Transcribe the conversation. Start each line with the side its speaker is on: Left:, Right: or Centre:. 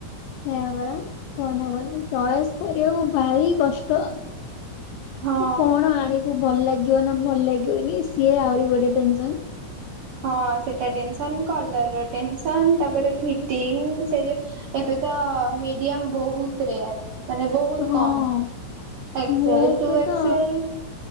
Left: ସେ ବଡ କୁହନ କନ ଚଏସ କରିବାକୁ ଭାରି କଷ୍ଟ
Right: ହଁ।
Left: କଣ ଆଣିବୁ ଭଲ ଲାଗ। ଲାଗିବ ନା ଭଲ ଲାଗିବନି ସିଏ ଆହୁରି ଗୋଟେସ
Right: ହଁ ସେଟା ଟେସ କଲର ର ଟେସନ ତାପରେ ଫିଟିଙ୍ଗ ସେ ଯଉ ଏବେ ତ ମିଡିୟମ ବହୁତ ରେ। ମାନେ ବହୁତ
Left: ହଁ
Right: କମସଲ
Left: ମୁଁ
Right: ଟୁ
Left: ବି
Right: ଏସଲ।
Left: ତ